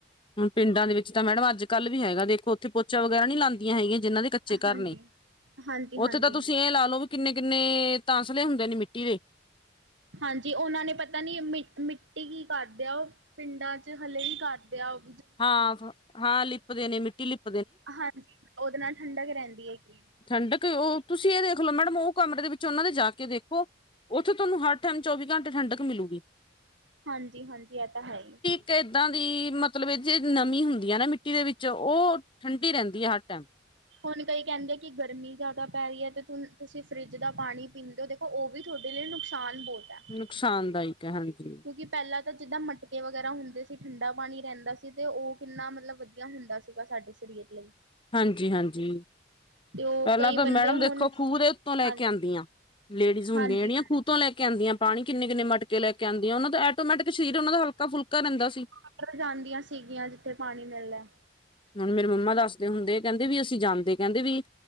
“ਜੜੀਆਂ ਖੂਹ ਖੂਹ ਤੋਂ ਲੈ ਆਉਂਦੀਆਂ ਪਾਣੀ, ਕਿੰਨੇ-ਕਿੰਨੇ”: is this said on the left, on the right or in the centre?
Left